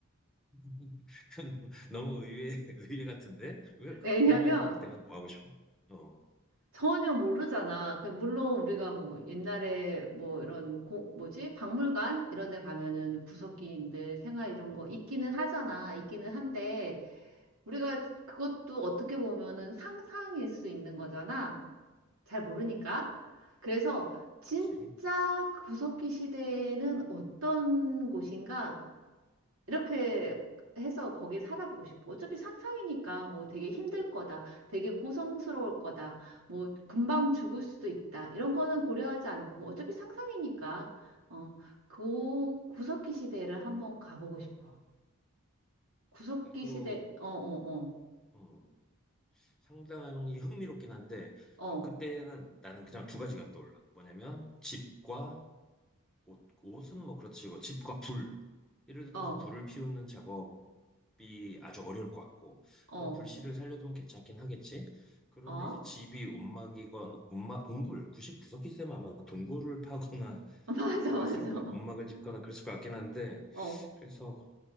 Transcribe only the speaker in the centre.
<laughs> 그건 너무 의외, 의외 같은데? 왜, 그-
그러면은 그때가 뭐 하고 싶어? 어,
음,
음,
음,
그렇지.
음,
음,
음,
음.
나도,
음, 상당히 흥미롭긴 한데,
그럼
그때는 나는 그냥 두 가지가 떠올라. 뭐냐면, 집과 옷, 옷은 뭐 그렇지, 뭐 집과 불. 예를
들어서 불을 피우는 작업, 집이 아주 어려울 것 같고
뭐 불씨를 살려두면 괜찮긴 하겠지. 그런데
이제 집이 움막이건 움막 동굴 99석기 쌤 아마 동굴을 파거나
그랬을
거 움막을 짓거나 그랬을 것 같긴 한데
그래서